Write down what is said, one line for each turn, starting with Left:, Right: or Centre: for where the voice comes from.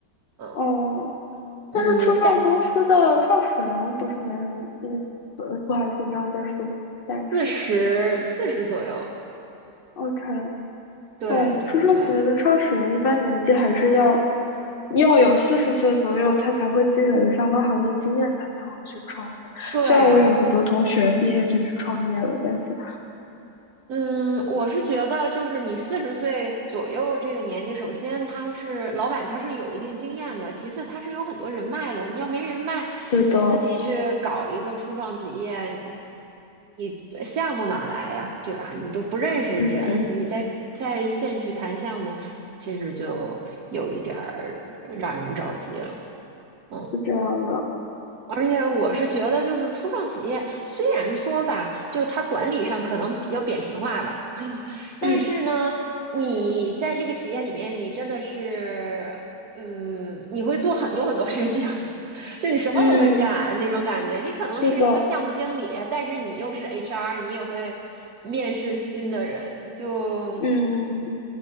Right: 嗯
Left: 哦，
Right: 嗯，
Left: 但是初创公司的创始人不是年龄，
Right: 但
Left: 嗯，呃，不好意思，你刚刚在说，但是
Right: 四十四十左右，
Left: ，OK，
Right: 对对对
Left: 哦，初创企业的创始人一般年纪还是要要有四十岁左右，他才会积累的相关行业经验，他才会去创业。
Right: 对。
Left: 虽然我也有很多同学毕业就去创业了，但是
Right: 嗯，我是觉得，就是你四十岁左右这个年纪，首先他是老板，他是有一定经验的；其次，他是有很多人脉的。你要没人脉，
Left: 对的，
Right: 你自己去搞一个初创企业，你你项目哪儿来呀？对吧？你都不认识人，
Left: 嗯嗯，
Right: 你在在线去谈项目，其实就有一点儿让人着急了。嗯。
Left: 是这样的。
Right: 而且我是觉得，就是初创企业虽然说吧，就它管理上可能比较扁平化吧，<laughs>
Left: 嗯。
Right: 但是呢，你在这个企业里面，你真的是，嗯，你会做很多很多事情，<laughs> 就你什么都会干那种感觉。
Left: 嗯，
Right: 你可能是一个项目经理，
Left: 是的，
Right: 但是你又是 HR，你也会面试新的人，就。
Left: 嗯